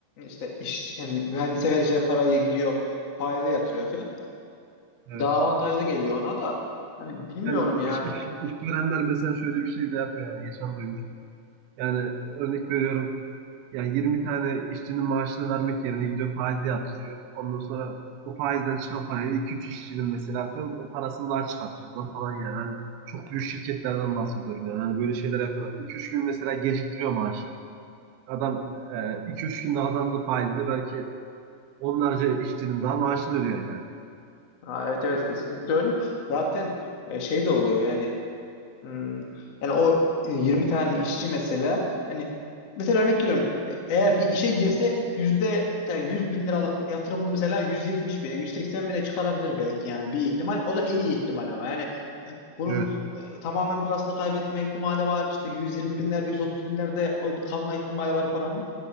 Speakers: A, on the left (about 50°); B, on the right (about 85°).
A: işte iş yani mühendise vereceği parayı gidiyor faize yatırıyor falan
B: Evet.
A: daha avantajlı geliyor ona da hani bilmiyorum
B: Yani
A: yani
B: iş, iş, işverenler mesela şöyle bir şey de yapıyor yani geçen duymuştum. Yani örnek veriyorum Yani 20 tane işçinin maaşını vermek yerine gidiyor faize yatırıyor. Ondan sonra o faizden çıkan parayla 2-3 işçinin mesela atıyorum parasını daha çıkartıyorlar falan yani. Hani çok büyük şirketlerden bahsediyorum yani. Hani böyle şeyler yapıyorlar. 2-3 gün mesela geciktiriyor maaşı. Adam e, 2-3 günde kazandığı faizle belki onlarca işçinin daha maaşını ödüyor yani.
A: ha, evet evet kesinlikle öyle zaten e, şey de oluyor yani Hmm. Yani o e, 20 tane işçi mesela hani mesela örnek veriyorum e, eğer bir işe girse yüzde mesela 100 bin liralık yatırımını mesela 170 bine 180 bine çıkarabilir belki yani bir ihtimal o da en iyi ihtimal ama yani e, bunun
B: Evet.
A: e, tamamen parasını kaybetme ihtimali var işte yüz yirmi binlerde 130 binlerde o kalma ihtimali var paranın